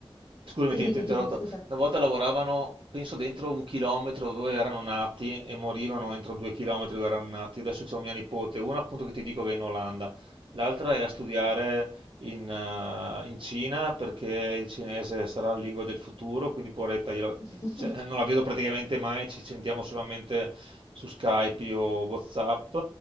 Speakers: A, on the right; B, on the left.
A: scusami,
B: Sì,
A: ti
B: dimmi,
A: ti ho interrotto,
B: dimmi, scusa.
A: una volta lavoravano, penso, dentro un chilometro dove erano nati e morivano entro due chilometri dove erano nati. Adesso c'è mia nipote, una appunto che ti dico che è in Olanda, l'altra è a studiare in, eh, in Cina perché il cinese sarà la lingua del futuro, quindi poveretta, io la-
B: <laughs>
A: cioè, non la vedo praticamente mai, ci sentiamo solamente su Skype o WhatsApp